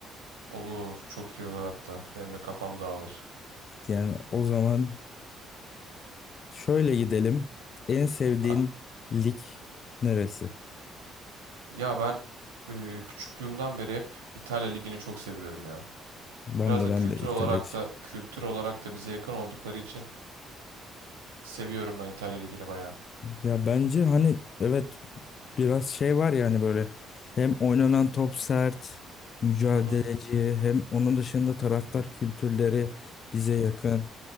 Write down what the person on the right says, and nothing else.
Olur. Çok iyi olur hatta. Benim de kafam dağılır.
Ha.
Ya ben e, küçüklüğümden beri hep İtalya Ligi'ni çok seviyorum ya.
Biraz
da
kültür
olarak da kültür olarak da bize yakın oldukları için seviyorum ben İtalya Ligi'ni bayağı.
Hı hı.